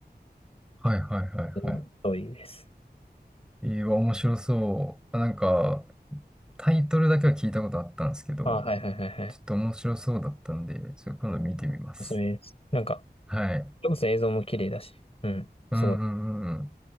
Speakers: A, in the centre; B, on the left.
A: はいはいはいはい。
B: うん。ストーリーです。
A: えー、わ面白そう。あなんか、タイトルだけは聞いたことあったんですけど、
B: ああ、はいはいはいはい。
A: ちょっと面白そうだったんで、それ今度見てみます。
B: おすすめです。なんか、
A: はい。
B: それこそ映像も綺麗だし、うん。
A: うんうんうんうん。
B: すごい。